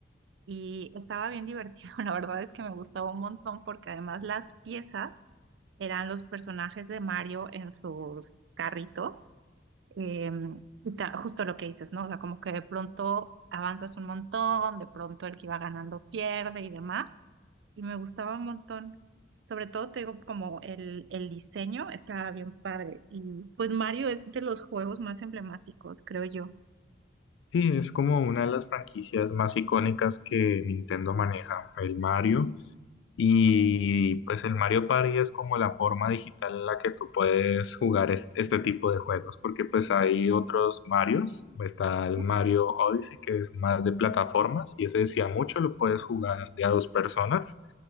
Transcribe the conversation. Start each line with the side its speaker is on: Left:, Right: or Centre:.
Right: y estaba bien divertido, <laughs> la verdad es que me gustaba un montón porque además las piezas eran los personajes de Mario en sus carritos. em, y ta- justo lo que dices, ¿no? O sea, como que de pronto avanzas un montón, de pronto el que iba ganando pierde y demás y me gustaba un montón. Sobre todo, te digo, como el, el diseño estaba bien padre. Y pues Mario es de los juegos más emblemáticos, creo yo.
Left: Sí, es como una de las franquicias más icónicas que Nintendo maneja, el Mario. Y pues el Mario Party es como la forma digital en la que tú puedes jugar es- este, tipo de juegos, porque pues hay otros Marios, está el
Right: ¿no?
Left: Mario Odyssey, que es más de plataformas, y ese decía mucho, lo puedes jugar de a dos personas.